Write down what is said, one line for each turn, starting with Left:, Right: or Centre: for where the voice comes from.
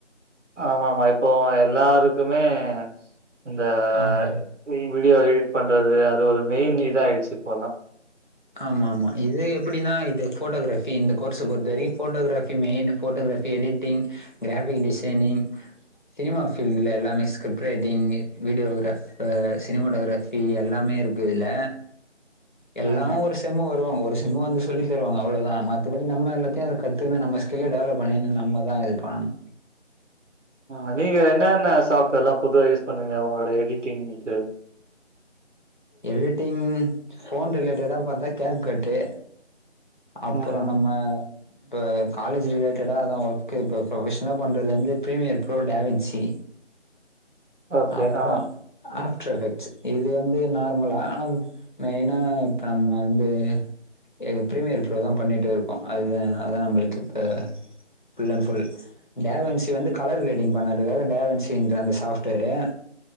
Right: ஆமாம்மா இப்போ எல்லாருக்குமே இந்த
Left: ஆமா.
Right: ரீல் வீடியோ எடிட் பண்றது அது ஒரு மெய்ன் இதா ஆய்ச்சு இப்போலா
Left: ஆமாம்மா இது எப்டினா இது ஃபோட்டோகிராஃபி இந்த கோர்ஸ பொறுத்தவரைக்கு photography main photography editing graphic designing cinema ஃபீல்டுல எல்லாமே ஸ்கிரிப் ரைட்டிங்கு வீடியோகிராஃப் இப்ப சினிமோடோகிராஃபி எல்லாமே இருக்கு இதுல
Right: ம்.
Left: சார்லா ஒரு செம்மு வருவாங்க ஒருஷ் செம்மு வந்து சொல்லிதருவாங்க அவ்ளோதா மத்தபடி நம்ம எல்லாத்யு அதுல கத்துகுன்னு நம்ம ஸ்கில்ல டெவலப் பண்ணின்னு நம்மதா இது பண்ணணு
Right: அதே இதுல என்னென்ன சாஃப்ட்வேர்லா பொதுவா யூஸ் பண்ணிவீங்க உங்குளோட எடிட்டிங்க்கு
Left: எடிட்டிங் ஃபோன் ரிலேட்டடா பாத்தா கேப்கட்டு அப்புறோ
Right: ம்.
Left: நம்ம இப்ப காலேஜ் ரிலேட்டடா அதா ஒர்க்கு இப்ப புரொபஷ்னா பண்றது வந்து ப்ரீமியர் ப்ரோ டாவென்சி
Right: <inaudible> ஓகே.
Left: அப்றோ
Right: ஆ.
Left: ஆஃப்டர் ஹெச்சு இது வந்து நார்மலா ஆனா உ மெய்னா இப்ப நம் வந்து எது ப்ரீமியர் ப்ரோ தா பண்ணிட்டு இருக்கோ அதுத அதா நம்மளுக் இப்ப ஃபுல் அண் ஃபுல் டாவன்சி வந்து கலர் கிரேடிங் பண்ணறதுக்காக டாவன்சின்ற அந்த சாஃப்ட்வேரு